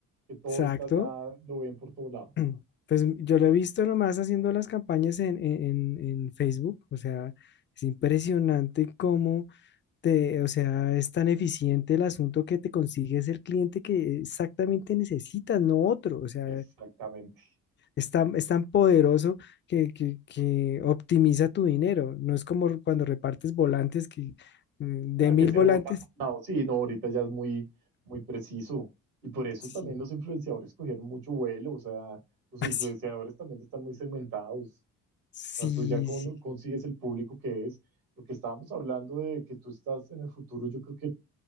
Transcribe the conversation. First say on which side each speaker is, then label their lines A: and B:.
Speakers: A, on the right; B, on the left.
A: Que todo
B: exacto.
A: está ya, lo ven por todo lado.
B: <clears throat> Pues yo lo he visto nomás haciendo las campañas en, en, en en Facebook, o sea, es impresionante cómo te- o sea, es tan eficiente el asunto que te consigues el cliente que exactamente necesitas, no otro. O sea,
A: Exactamente.
B: es tan, es tan poderoso que, que- que optimiza tu dinero. No es como cuando repartes volantes que mm,
A: <laughs>
B: de
A: Ah,
B: mil
A: que se
B: volantes,
A: vota por un lado. Sí, no, ahorita ya es muy, muy preciso. Y por eso
B: sí,
A: también los influenciadores cogieron mucho vuelo. O sea, los
B: <laughs>
A: influenciadores
B: así.
A: también están muy segmentados.
B: Sí,
A: O sea, tú ya con-
B: sí.
A: consigues el público que es. Lo que estábamos hablando de que tú estás en el futuro, yo creo que